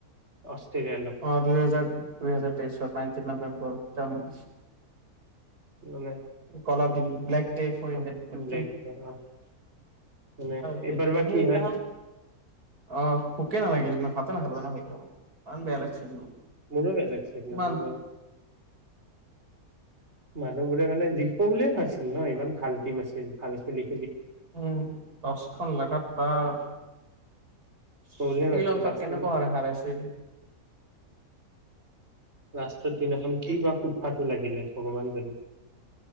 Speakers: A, on the right; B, on the right.
A: অষ্ট্ৰেলিয়া।
B: অ দু হেজাৰ দু হেজাৰ তেইশৰ নাইনটিন নৱেম্বৰ।
A: মানে।
B: Colour the black. Day for
A: uh
B: Indian cricket.
A: ব্লে অ মানে
B: সেইদিনা
A: এইবাৰ বা
B: সেইদিনাখন
A: কি হয়।
B: অ ভোকে নালাগিল ফচ না খাল নাালমান বেয়া লাগিছিল।
A: নিলো বেলেগ চি নাখনন।
B: ইমান
A: মানুহ বোৰে মানে জিকিব বুলিয়ে ভ নাছিল ন ইমান ভাল টিম আছিল ভালছিল।
B: উম দচখন লগাগাত তাৰ শ্ৰীলংক
A: বুলিয়ে ভাবিছে লাষ্টত
B: কেনেকুৱা হ হৰাইছিল।
A: ৰাস্তা। কিবা
B: এই
A: ফু পাত। লাগিলে ভগৱান জানে।